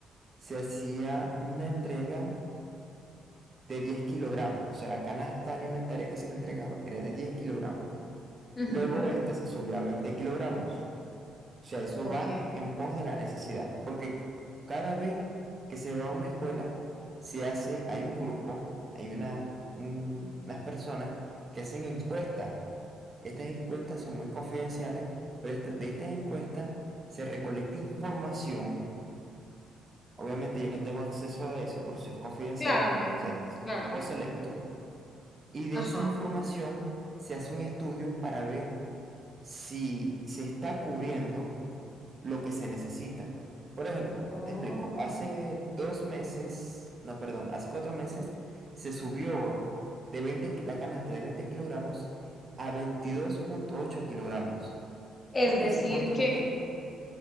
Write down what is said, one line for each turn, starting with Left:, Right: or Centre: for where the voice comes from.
Right: se hacía una entrega de 10 kilogramos. O sea, la canasta alimentaria que se le entregaba era de 10 kilogramos.
Left: Ujú,
Right: Luego esta se subió a 20 kilogramos. O sea, eso
Left: ok,
Right: va en pos de la necesidad, porque cada vez que se va a una escuela, se hace, hay un grupo, hay una, un- unas personas que hacen encuestas. Estas encuestas son muy confidenciales, pero esta- de estas encuestas se recolecta información. Obviamente yo no tengo acceso a eso, por eso es confidencial.
Left: claramente,
Right: O sea, es un
Left: claramente.
Right: grupo selecto. Y de
Left: Ajá.
Right: esa información se hace un estudio para ver si se está cubriendo lo que se necesita. Por ejemplo,
Left: Oh,
Right: te explico, hace dos meses, no, perdón, hace cuatro meses se subió de veinte, ki- la canasta de 20 kilogramos a veintidós punto ocho kilogramos,
Left: Es
Right: porque
Left: decir,
Right: se encontró
Left: que,
Right: que,